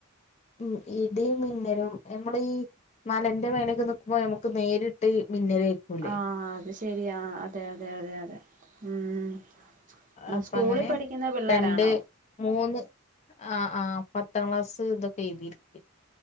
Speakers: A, on the left; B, on the right.
A: ഉം ഇടിം മിന്നലും ഞമ്മളീ മലേന്റെ മേലെക്കെ നിക്കുമ്പോ നമുക്ക് നേരിട്ടീ മിന്നല് ഏൽക്കൂലേ
B: ആഹ് അത് ശെരിയാ അതെ അതെ അതെ അതെ ഉം ഉം
A: അപ്പൊ
B: സ്കൂളി
A: അങ്ങനെ
B: പഠിക്ക്‌ന്ന പിള്ളേരാണോ
A: രണ്ട് മൂന്ന് ആഹ് ആഹ് പത്താം ക്ലാസ് ഇതൊക്കെ എഴുതിരിക്ക